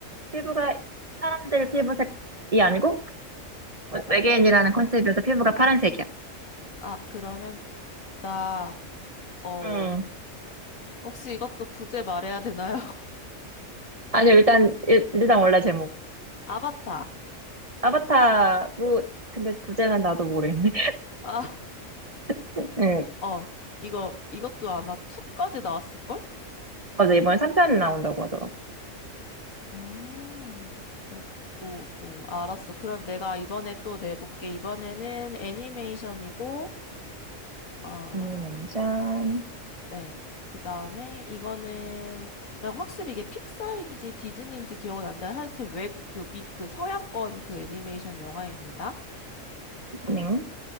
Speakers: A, on the right; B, on the left.
A: 피부가 사람들 피부색이 아니고 외계인이라는 컨셉이어서 피부가 파란색이야.
B: 아, 그러면, 나, 어,
A: 음.
B: 혹시 이것도 부제 말해야 되나요? <laughs>
A: 아니요, 일단, 일, 단 원래 제목.
B: 아바타.
A: 아바타, 뭐, 근데 부제는 나도 모르겠네.
B: 아,
A: <laughs> 네
B: 어, 이거, 이것도 아마 2까지 나왔을걸?
A: 어제 이번에 3편 나온다고 하더라고.
B: 아, 오, 오, 오, 알았어. 그럼 내가 이번에 또 내볼게. 이번에는 애니메이션이고, 어,
A: 애니메이션,
B: 네. 그 다음에 이거는 나 확실히 이게 픽사인지 디즈니인지 기억은 안 나요. 하여튼 외국 그, 미, 그 서양권 그 애니메이션 영화입니다.
A: 네.
B: 어.